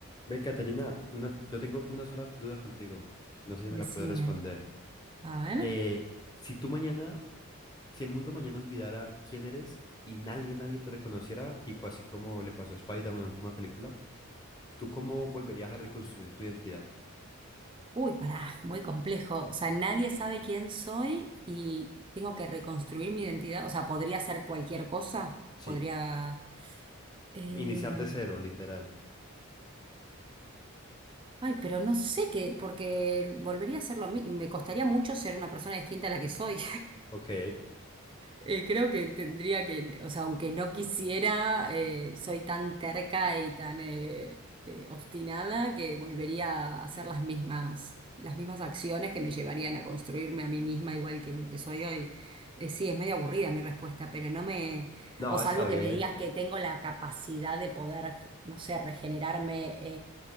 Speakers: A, on the left; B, on the right.
A: Ve, Catalina, una, yo tengo una sola duda contigo. No sé si
B: Decime,
A: me la puedes responder.
B: a ver.
A: Eh, si tú mañana, si el mundo mañana olvidara quién eres y nadie, nadie te reconociera, tipo así como le pasó a Spider-Man en la última película, ¿tú cómo volverías a reconstruir tu identidad?
B: Uy, pará, muy complejo. O sea, nadie sabe quién soy y tengo que reconstruir mi identidad. O sea, podría ser cualquier cosa.
A: Sí,
B: Podría. eh,
A: iniciar de cero, literal.
B: Ay, pero no sé qué, porque volvería a ser lo mismo. Me costaría mucho ser una persona distinta a la que soy.
A: Ok.
B: Eh, creo que tendría que, o sea, aunque no quisiera, eh, soy tan terca y tan eh, eh, obstinada que volvería a hacer las mismas, las mismas acciones que me llevarían a construirme a mí misma igual que lo que soy hoy. Eh, sí, es medio aburrida mi respuesta, pero no me,
A: No,
B: o salvo
A: está bien.
B: que me digas que tengo la capacidad de poder, no sé, regenerarme